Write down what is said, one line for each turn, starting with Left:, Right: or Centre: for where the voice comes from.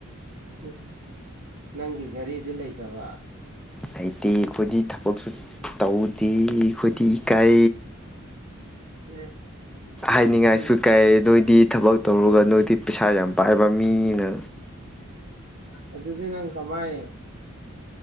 Right: ꯎ ꯅꯪꯒꯤ ꯒꯥꯔꯤꯗꯤ ꯂꯩꯇꯕ
Centre: ꯂꯩꯇꯦ ꯑꯩꯈꯣꯏꯗꯤ ꯊꯕꯛꯁꯨ ꯇꯧꯗꯦ ꯑꯩꯈꯣꯏꯗꯤ ꯏꯀꯥꯏ
Right: ꯑꯦ
Centre: ꯍꯥꯏꯅꯤꯡꯉꯥꯏꯁꯨ
Right: ꯑꯗꯨꯗꯤ
Centre: ꯀꯩ ꯑꯗꯨ ꯑꯣꯏꯗꯤ ꯊꯕꯛ ꯇꯧꯔꯒ ꯅꯣꯏꯗꯤ ꯄꯩꯁꯥ ꯌꯥꯝ ꯄꯥꯏꯕ ꯃꯤꯅꯤꯅ
Right: ꯑꯗꯨꯗꯤ ꯅꯪ ꯀꯃꯥꯏꯦ